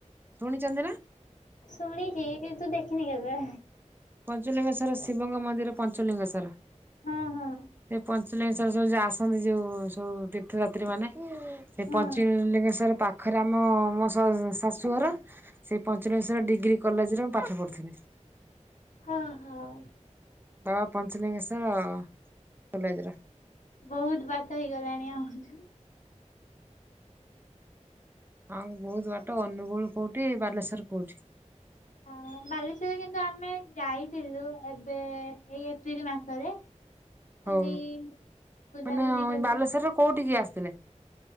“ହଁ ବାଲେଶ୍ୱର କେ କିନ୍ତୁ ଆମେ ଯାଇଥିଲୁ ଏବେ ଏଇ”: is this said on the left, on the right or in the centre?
Left